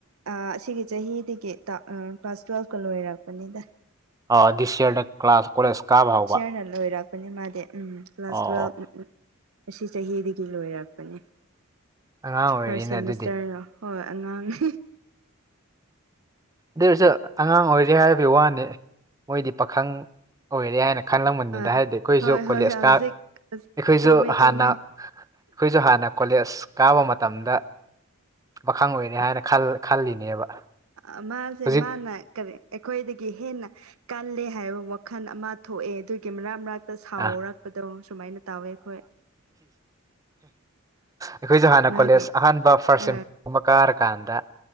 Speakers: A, on the right; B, on the right.
A: ꯑꯥ ꯑꯁꯤꯒꯤ ꯆꯍꯤꯗꯒꯤ ꯀ꯭ꯂꯥꯁ ꯇꯨꯌꯦꯜꯐꯀ ꯂꯣꯏꯔꯛꯄꯅꯤꯗ
B: ꯑ ꯗꯤꯁ ꯌꯦꯔꯗ ꯀ꯭ꯂꯥꯁ ꯀꯣꯂꯦꯁ ꯀꯥꯕ ꯍꯧꯕ
A: ꯑꯩꯅ ꯂꯣꯏꯔꯛ ꯄꯅꯤ ꯃꯥꯗꯤ ꯎꯝ ꯀ꯭ꯂꯥꯁ
B: ꯑꯣ
A: ꯇꯨꯌꯦꯜꯐꯀ ꯑꯁꯤ ꯆꯍꯤꯗꯒꯤ ꯂꯣꯏꯔꯛꯄꯅꯤ
B: ꯑꯉꯥꯡ ꯑꯣꯏꯔꯤꯅꯦ
A: ꯐꯔꯁ ꯁꯦꯃꯤꯁꯇꯔ
B: ꯑꯗꯨꯗꯤ
A: ꯍꯣꯏ ꯑꯉꯥꯡꯅꯤ
B: ꯗꯨꯁꯨ ꯑꯉꯥꯡ ꯑꯣꯏꯔꯤ ꯍꯥꯏꯕꯩ ꯋꯥꯅꯤ ꯃꯣꯏꯗꯤ ꯄꯥꯈꯪ ꯑꯣꯏꯔꯦ ꯍꯥꯏꯅ ꯈꯜꯂꯝꯒꯅꯤꯗ
A: ꯍꯣꯏ
B: ꯍꯥꯏꯗꯤ ꯑꯩꯈꯣꯏꯁꯨ
A: ꯍꯣꯏ
B: ꯀꯣꯂꯦꯖꯀꯥ
A: ꯍꯣꯏ ꯍꯧꯖꯤꯛ
B: ꯑꯩꯈꯣꯏꯖꯨ
A: ꯆꯨꯝꯃꯦ
B: ꯍꯥꯟꯅ
A: ꯆꯨꯝꯃꯦ
B: ꯑꯩꯈꯣꯏꯖꯨ ꯍꯥꯟꯅ ꯀꯣꯂꯦꯖ ꯀꯥꯕ ꯃꯇꯝꯗ ꯄꯥꯈꯪ ꯑꯣꯏꯔꯦ ꯍꯥꯏꯅ ꯈꯜ ꯈꯜꯂꯤꯅꯦꯕ
A: ꯑ ꯃꯥꯖꯦ
B: ꯍꯧꯖꯤꯛ
A: ꯃꯥ ꯅꯥ ꯀꯔꯤ ꯑꯩꯈꯣꯏꯗꯒꯤ ꯍꯦꯟꯅ ꯀꯜꯂꯦ ꯍꯥꯏꯕ ꯋꯥꯈꯜ ꯑꯃ ꯊꯣꯛꯑꯦ ꯑꯗꯨꯒꯤ ꯃꯔꯛ ꯃꯔꯛ ꯁꯥꯎꯔꯛꯄꯗꯣ
B: ꯑ
A: ꯁꯨꯃꯥꯏꯅ ꯇꯧꯋꯦ ꯑꯩꯈꯣꯏ
B: ꯑꯩꯈꯣꯏꯖꯨ ꯍꯥꯟꯅ
A: ꯃꯥꯒꯤ
B: ꯀꯣꯂꯦꯖꯁ ꯑꯍꯥꯟꯕ ꯐꯥꯔꯁ
A: ꯑꯥ
B: ꯀꯨꯝꯕ ꯀꯥꯔ ꯀꯥꯟꯗ